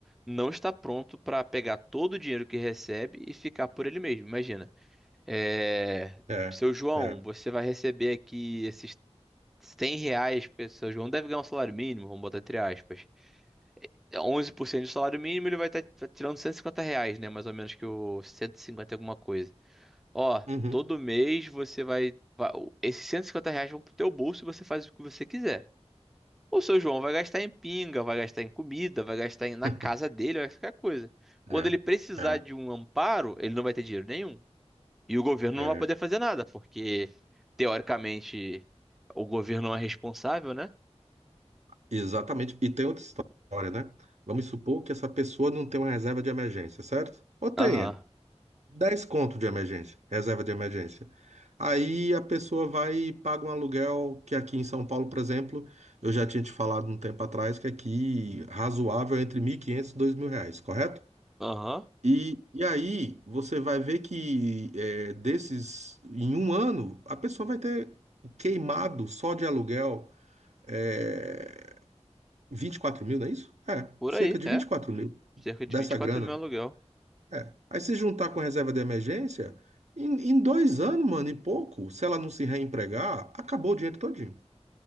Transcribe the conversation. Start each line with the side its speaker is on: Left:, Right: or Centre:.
Centre: não está pronto para pegar todo o dinheiro que recebe e ficar por ele mesmo. Imagina, é...
Right: É,
Centre: seu João,
Right: é.
Centre: você vai receber aqui esses 100 reais, porque seu João deve ganhar um salário mínimo, vamos botar entre aspas. 11% do salário mínimo, ele vai estar tirando 150 reais, né? Mais ou menos que o 150 e cinquenta e alguma coisa. Ó,
Right: Uhum.
Centre: todo mês você vai, vai- Esses 150 reais vão pro teu bolso e você faz o que você quiser. O seu João vai gastar em pinga, vai gastar em comida, vai gastar em- na
Right: <laughs>
Centre: casa dele, vai gastar em qualquer coisa. Quando
Right: É,
Centre: ele precisar
Right: é,
Centre: de um amparo, ele não vai ter dinheiro nenhum. E o governo
Right: é.
Centre: não vai poder fazer nada, porque, teoricamente, o governo não é responsável, né?
Right: Exatamente. E tem outra história, né? Vamos supor que essa pessoa não tem uma reserva de emergência, certo? Ou tenha.
Centre: Aham,
Right: dez conto de emergência, reserva de emergência. Aí a pessoa vai e paga um aluguel que aqui em São Paulo, por exemplo, eu já tinha te falado um tempo atrás que aqui razoável é entre mil e quinhentos e dois mil reais, correto?
Centre: aham,
Right: E, e aí você vai ver que é, desses, em um ano, a pessoa vai ter queimado só de aluguel é, vinte e quatro mil, não é isso? É,
Centre: por
Right: cerca
Centre: aí,
Right: de
Centre: é.
Right: vinte e quatro mil
Centre: Cerca de
Right: dessa
Centre: 24
Right: grana.
Centre: mil aluguel.
Right: É. Aí se juntar com a reserva de emergência, em, em dois anos, mano, e pouco, se ela não se reempregar, acabou o dinheiro todinho.